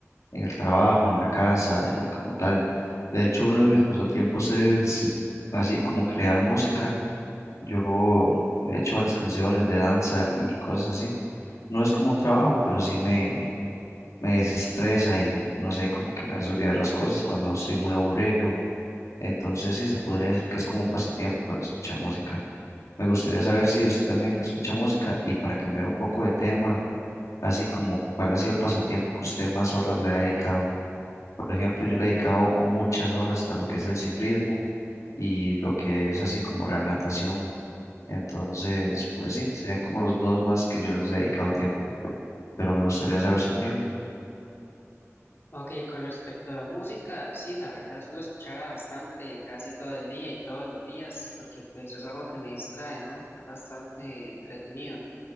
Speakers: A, on the left; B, on the left.
A: en el trabajo, en la casa y como tal. De hecho, uno de mis pasatiempos es así como crear música. Yo he hecho varias canciones de danza y cosas así. No es como un trabajo, pero sí me, me desestresa y no sé, como que me hace olvidar las cosas cuando estoy muy aburrido entonces sí se podría decir que es como un pasatiempo el escuchar música. Me gustaría saber si usted también escucha música y para cambiar un poco de tema, así como cuál ha sido el pasatiempo que usted más horas le ha dedicado. Por ejemplo, yo le he dedicado muchas horas a lo que es el ciclismo y lo que es así como la natación. Entonces, pues sí, serían como los dos más que yo les he dedicado tiempo, pero me gustaría saber su opinión.
B: Ok, con respecto a la música, sí, la verdad, suelo escucharla bastante, casi todo el día y todos los días, porque pues es algo que me distrae, ¿no? Es bastante entretenido.